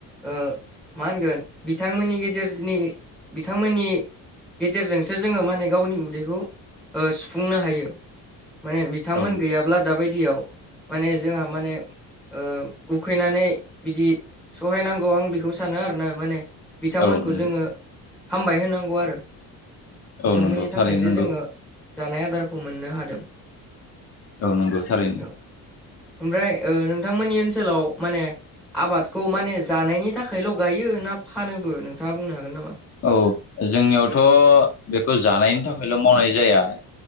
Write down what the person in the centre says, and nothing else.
ओ मा होनगोन बिथांमोननि गेजेरनि बिथांमोननि गेजेरजोंसो जोङो माने गावनि उ दैखौ सुफुंनो हायो माने बिथांमोन
गैयाब्ला दाबायदियाव माने जोंहा माने ओ उखैनानै बिदि सहायनांगौ आं बेखौ सानो आरो ना माने बिथांमोनखौ
जोङो हामबाय होनांगौ आरो बिथांमोननि
थाखायसो
जोङो जानाय आदारखौ मोननो हादों।
औ ओमफ्राय ओ नोंथांमोननि ओनसोलाव माने आबादखौ माने जानायनि थाखायल गायो ना फानोबो नोंथाङा बुंनो हागोन नामा?